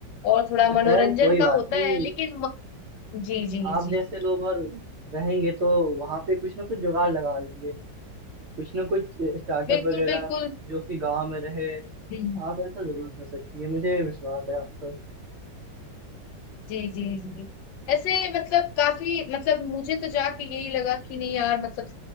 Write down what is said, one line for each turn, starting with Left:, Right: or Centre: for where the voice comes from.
Left: और थोड़ा
Right: खैर
Left: मनोरंजन
Right: कोई
Left: का
Right: बात
Left: होता
Right: नहीं
Left: है लेकिन म... जी जी
Right: आप
Left: जी
Right: जैसे लोग और रहेंगे तो वहां पे कुछ ना कुछ जुगाड़ लगा लेंगे कुछ ना कुछ स्टार्टअप
Left: बिल्कुल
Right: वगैरह
Left: बिल्कुल
Right: जो कि गांव में रहे
Left: हम्म
Right: आप ऐसा जरूर कर सकती है मुझे विश्वास है आप पर
Left: जी जी जी ऐसे मतलब काफी मतलब मुझे तो जाके यही लगा कि नहीं यार मतलब